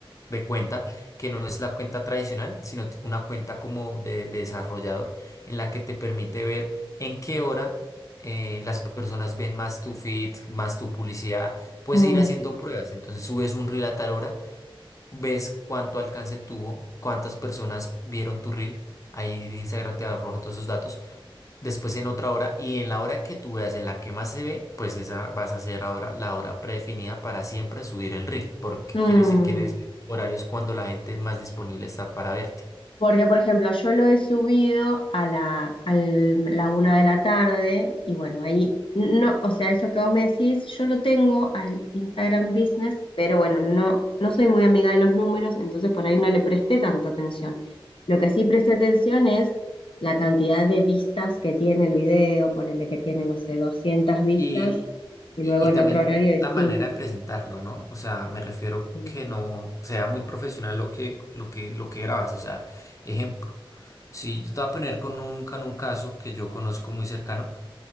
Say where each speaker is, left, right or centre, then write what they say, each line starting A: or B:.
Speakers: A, on the left (about 35°); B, on the left (about 70°).
A: de cuenta que no es la cuenta tradicional, sino t- una cuenta como de, de desarrollador, en la que te permite ver en qué hora eh, las personas ven más tu feed, más tu publicidad. Puedes
B: mm,
A: ir haciendo pruebas. Entonces subes un reel a tal hora, ves cuánto alcance tuvo, cuántas personas vieron tu reel. Ahí Instagram te arroja todos esos datos después en otra hora y en la hora que tú veas en la que más se ve, pues esa vas a hacer ahora la hora predefinida para siempre subir el reel, porque
B: mm.
A: quiere decir que en ese horario es cuando la gente más disponible está para verte.
B: Porque, por ejemplo, yo lo he subido a la, a la una de la tarde y bueno, ahí, no, o sea, eso que vos me decís, yo lo tengo al Instagram Business, pero bueno, no, no soy muy amiga de los números, entonces por ahí no le presté tanta atención. Lo que sí presté atención es la cantidad de vistas que tiene el video, ponele que tiene, no sé, 200 vistas
A: Y,
B: y
A: y,
B: luego
A: y
B: en
A: también
B: otro horario distinto.
A: la manera de presentarlo, ¿no? O sea, me refiero
B: Mm.
A: que no sea muy profesional lo que, lo que, lo que grabas, o sea, ejemplo. Si yo te voy a poner con un, con un caso que yo conozco muy cercano,